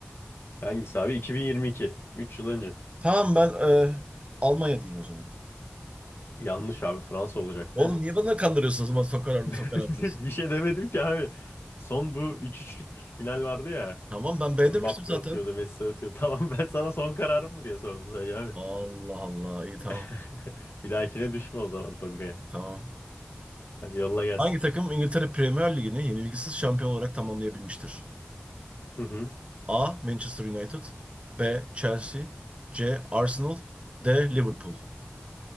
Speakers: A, on the left; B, on the right.
A: Hangisi abi? 2022. üç yıl önce.
B: Tamam ben e, Almanya diyeyim o zaman.
A: Yanlış abi Fransa olacaktı.
B: Oğlum niye bana kandırıyorsunuz? Ama sokar abi
A: <laughs>
B: sokar abi diyorsun.
A: Bir şey demedim ki abi. Son bu üç üçlük final vardı ya.
B: Tamam ben B
A: Mbappe
B: demiştim zaten.
A: atıyordu, Messi atıyordu. <laughs> Tamam ben sana son kararım mı diye sordum sadece abi.
B: Allah Allah iyi tamam.
A: <laughs> Bir dahakine düşme o zaman Tonga'ya.
B: Tamam.
A: Hadi yolla gelsin.
B: Hangi takım İngiltere Premier Ligi'ni yenilgisiz şampiyon olarak tamamlayabilmiştir?
A: Hı hı.
B: A. Manchester United B. Chelsea C. Arsenal D. Liverpool